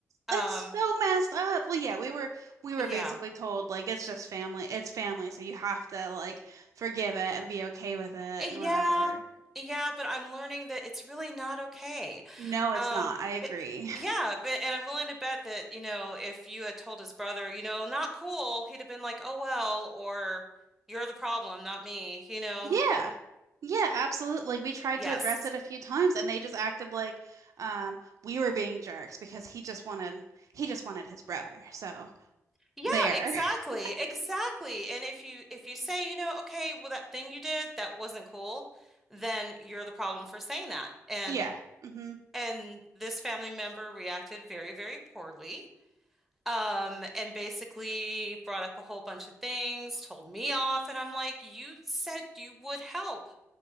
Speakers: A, in the centre; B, on the right (about 65°).
A: Um,
B: That's so messed up. Well, yeah, we were we
A: yeah.
B: were basically told like it's just family. It's family, so you have to like forgive it and be okay with it
A: Yeah.
B: and whatever.
A: Yeah, but I'm learning that it's really not okay.
B: No, it's
A: Um,
B: not. I agree.
A: it- yeah,
B: <laughs>
A: but, and I'm willing to bet that, you know, if you had told his brother, you know, not cool, he'd have been like, "Oh well," or "You're the problem, not me," you know.
B: Yeah. Yeah, absolutely. Like we tried
A: Yes.
B: to address it a few times and they just acted like um we were being jerks because he just wanted he just wanted his brother. So
A: Yeah,
B: there.
A: exactly.
B: <laughs>
A: Exactly. And if you if you say, you know, okay, well that thing you did, that wasn't cool, then you're the problem for saying that. And
B: Yeah. Mhm.
A: and this family member reacted very, very poorly. Um, and basically brought up a whole bunch of things, told me off, and I'm like, you said you would help.